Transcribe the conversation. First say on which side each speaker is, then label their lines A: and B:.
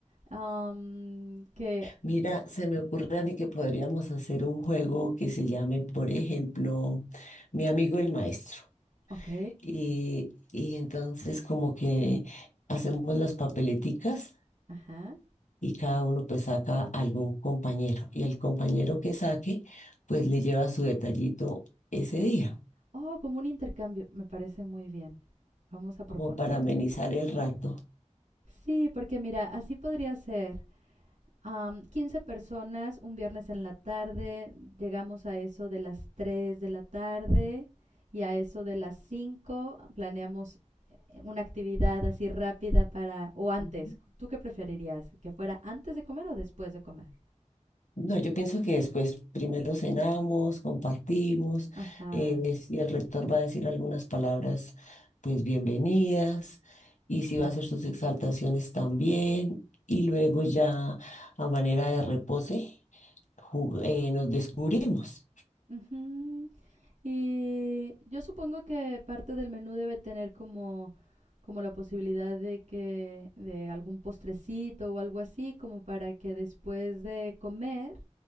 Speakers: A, on the right; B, on the left.
A: am, que,
B: Mira, se me ocurre a mí que podríamos hacer un juego que se llame, por ejemplo, Mi amigo el maestro.
A: ok,
B: Y, y entonces como que hacemos las papeleticas
A: ajá.
B: y cada uno pues saca algún compañero y al compañero que saque pues le lleva su detallito ese día,
A: Oh, como un intercambio, me parece muy bien. Vamos a proponerles
B: como para amenizar
A: eso.
B: el rato.
A: Sí, porque mira, así podría ser. Am, 15 personas, un viernes en la tarde, llegamos a eso de las 3 de la tarde y a eso de las cinco. planeamos una actividad así rápida para, o antes,
B: Ujú.
A: ¿tú qué preferirías? ¿Que fuera antes de comer o después de comer?
B: No, yo pienso que después primero cenamos, compartimos,
A: Ajá,
B: eh, si el rector va a decir algunas palabras, pues bienvenidas, y si
A: ya.
B: va a hacer sus exaltaciones también, y luego ya a manera de repose, jug- eh, nos descubrimos.
A: Ujú. Y yo supongo que parte del menú debe tener como, como la posibilidad de que, de algún postrecito o algo así, como para que después de comer